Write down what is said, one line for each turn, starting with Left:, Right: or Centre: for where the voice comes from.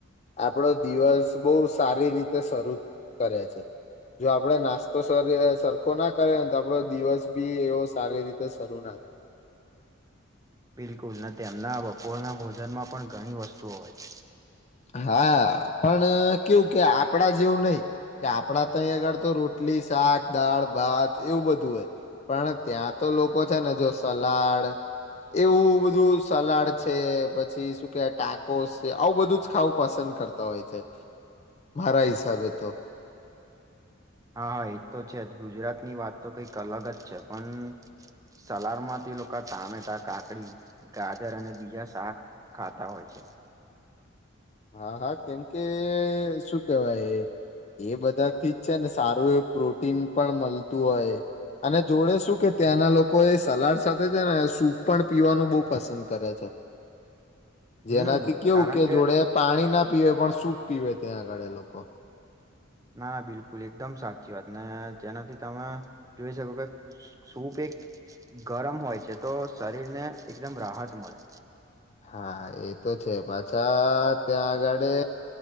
Left: આપણો દિવસ બહુ સારી રીતે શરૂ કરે છે. જો આપડે નાસ્તો સર સરખો ના કરેને, તો આપડો દિવસ બી એવો સારી રીતે શરૂ ના
Right: <inaudible> બિલકુલ, ના તેમના બપોરના ભોજનમાં પણ ઘણી વસ્તુઓ હોય છે.
Left: હા, પણ કેવું કે આપણા જેવું નહી કે આપણા તહીં આગળ તો રોટલી શાક દાળ ભાત એવું બધું હોય. પણ ત્યાં તો લોકો છે ને જો સલાડ એવું બધું સલાડ છે. પછી શું કેવાય ટાકોસ છે. આવું બધુંજ ખાવું પસંદ કરતા હોય છે મારા હિસાબે તો
Right: હા હા એ તો છે જ ગુજરાતની વાતો કંઈક અલગ જ છે પણ સલાડમાં તે લોકો ટામેટા કાકડી ગાજર અને બીજા શાક ખાતા હોય છે <inaudible>
Left: હા હા કેમ કે શું કેવાય એ બધા થી જ છે ને સારું એવું પ્રોટીન પણ મળતું હોય અને જોડે શું કે ત્યાંના લોકો એ સલાડ સાથે છે ને સૂપ પણ પીવાનું બહુ પસંદ કરે છે
Right: <inaudible>
Left: જેનાથી
Right: હમ
Left: કેવું
Right: કારણ
Left: કે જોડે પાણીના પીવે પણ સૂપ પીવે ત્યાં આગળે લોકો
Right: ના ના બિલકુલ એકદમ સાચી વાત ને જેનાથી તમે જોઈ શકો કે શું કે સુપં ગરમ હોય છે તો શરીરને એકદમ રાહત મળે
Left: હા એ તો છે પાછા ત્યાં આગળે